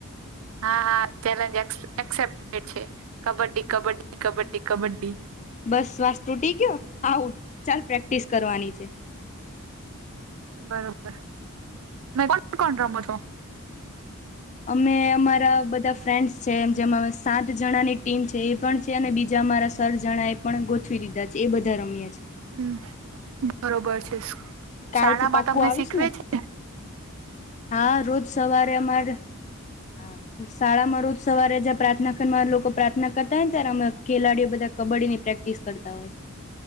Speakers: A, on the right (about 70°); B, on the left (about 30°).
A: હા હા ચેલેન્જ એક્સેપ્ટે છે. કબડ્ડી કબડ્ડી કબડ્ડી કબડ્ડી
B: બસ શ્વાસ તૂટી ગયો આવઉું ચાલ પ્રેક્ટિસ કરવાની છે.
A: બરોબર મે કોણ કોણ રમો છો?
B: અમે અમારા બધા ફ્રેન્ડસ છે એમ જેમાં. સાત જણાની ટીમ છે એ પણ છે અને બીજા અમારા સર જણા એ પણ ગો દીધા છે એ બધા રમ્યા છે.
A: હમ બરોબર છે.
B: કાલ
A: શાળામાં
B: થી પાક્કું
A: તમને
B: આવીશ
A: શીખવે
B: ને
A: છે
B: હા રોજ સવારે અમાર. હા શાળામાં રોજ સવારે જ્યાં પ્રાર્થના ખંડમાં લોકો પ્રાર્થના કરતા હોય ત્યારે અમે ખેલાડીઓ બધા કબડ્ડીની પ્રેક ટીસ કરતા હોય.